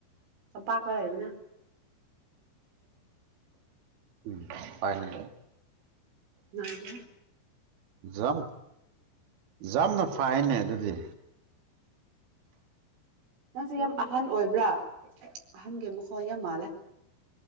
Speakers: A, on the right; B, on the right.
A: ꯁꯝꯄꯥꯛꯄ ꯂꯩꯕꯅ
B: ꯎꯝ ꯄꯥꯏꯅ
A: ꯃꯥꯗ
B: ꯌꯥꯝ ꯌꯥꯝꯅ ꯐꯥꯏꯅꯦ ꯑꯗꯨꯗꯤ
A: ꯅꯪꯁꯦ ꯌꯥꯝ ꯑꯍꯟ ꯑꯣꯏꯕ꯭ꯔꯥ ꯑꯍꯟꯒꯤ ꯑꯃꯨ ꯍ ꯌꯥꯝ ꯃꯥꯂ